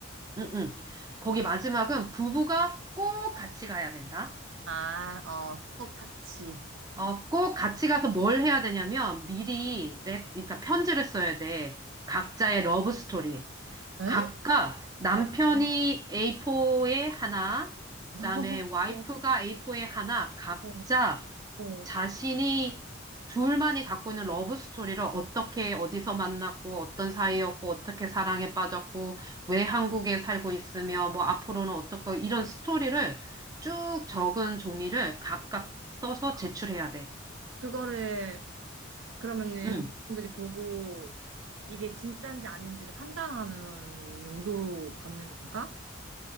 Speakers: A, on the right (about 20°); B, on the right (about 75°).
A: 응, 응. 거기 마지막은 부부가 꼭 같이 가야 된다.
B: 아, 어, 꼭 같이.
A: 어, 꼭 같이 가서 뭘 해야 되냐면 미리 랩, 그러니까 편지를 써야 돼. 각자의 러브 스토리.
B: 에?
A: 각각 남편이
B: 어, 어,
A: A4에 하나,
B: <laughs>
A: 그다음에 와이프가
B: 맞아.
A: A4에 하나, 각자
B: 어, 어.
A: 자신이 둘만이 갖고 있는 러브 스토리를 어떻게 어디서 만났고 어떤 사이였고 어떻게 사랑에 빠졌고 왜 한국에 살고 있으며 뭐 앞으로는 어떻게 이런 스토리를 쭉 적은 종이를 각각 써서 제출해야 돼.
B: 그거를, 그러면은,
A: 응.
B: 사람들이 보고, 이게 진짜인지 아닌지를 판단하는 용도로 받는 건가?